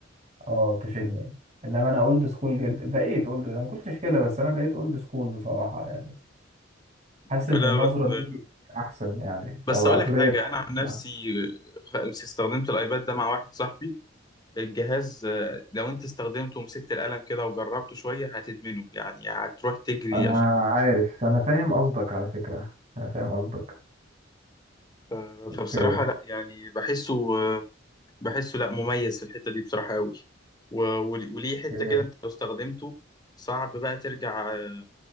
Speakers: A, on the right; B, on the left.
A: اه تفيدني انما انا اولد سكول جدا بقيت اولد انا ما كنتش كده بس انا بقيت اولد سكول بصراحه يعني حاسس
B: لا
A: ان النظره
B: بس
A: دي احسن يعني
B: بس
A: او العقليه
B: اقول لك حاجه
A: دي أحسن.
B: انا عن نفسي خ- استخدمت الايباد ده مع واحد صاحبي الجهاز آه، لو انت استخدمته ومسكت القلم كده وجربته شويه هتدمنه يعني هتروح تجري
A: انا
B: عشان
A: عارف انا فاهم قصدك على فكره انا فاهم قصدك
B: ف-
A: اوكي
B: فبصراحه لا يعني بحسه آه، بحسه لا مميز في الحته دي بصراحه قوي و- وليه حته
A: اوكي
B: كده انت لو استخدمته صعب بقى ترجع آه،